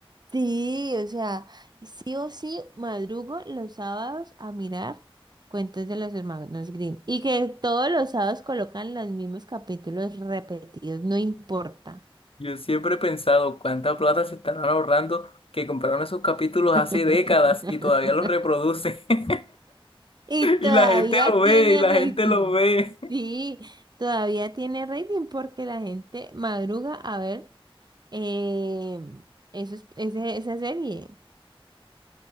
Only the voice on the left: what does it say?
<laughs> Yo siempre he pensado cuánta plata se estarán ahorrando que compraron esos capítulos
hace décadas y todavía los reproducen. <laughs>
Y la gente lo ve,
y la
gente lo ve.